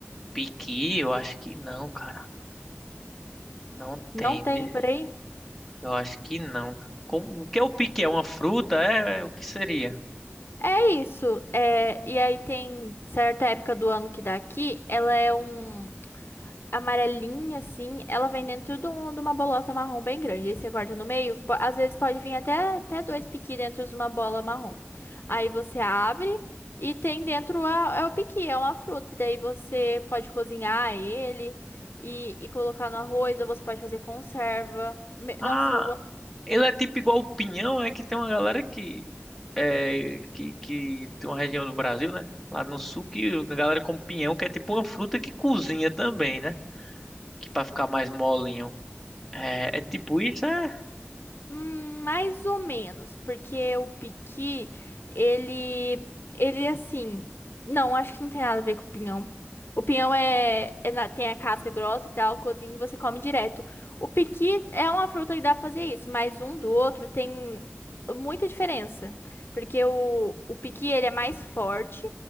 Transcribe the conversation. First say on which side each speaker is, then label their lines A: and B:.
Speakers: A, in the centre; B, on the left (about 55°).
A: Piqui? Eu acho que não, cara. Não
B: Não
A: tem,
B: tem
A: viu?
B: por aí?
A: Eu acho que não. Como, o que é o piqui? É uma fruta? É, é, o que seria?
B: É isso. É, e aí tem certa época do ano que dá aqui, ela é um amarelinha, assim, ela vem dentro de, um- de uma bolota marrom bem grande. Aí você corta no meio, po- às vezes pode vir até, até dois piqui dentro de uma bola marrom. Aí você abre e tem dentro a, é o piqui, é uma fruta. E daí você pode cozinhar ele e, e colocar no arroz, ou você pode fazer conserva. Me-
A: Ah.
B: Nossa, eu amo.
A: Ele é tipo igual o pinhão, é que tem uma galera que, é, que, que tem uma região do Brasil, né? Lá no sul, que a galera come pinhão, que é tipo uma fruta que cozinha também, né? Que pra ficar mais molinho. É, é tipo isso, é?
B: Hum, Mais ou menos, porque o piqui, ele, ele assim, não, acho que não tem nada a ver com o pinhão. O pinhão é, é na- tem a casca grossa e tal, cozinha e você come direto. O piqui é uma fruta que dá pra fazer isso, mas um do outro tem muita diferença, porque o, o piqui, ele é mais forte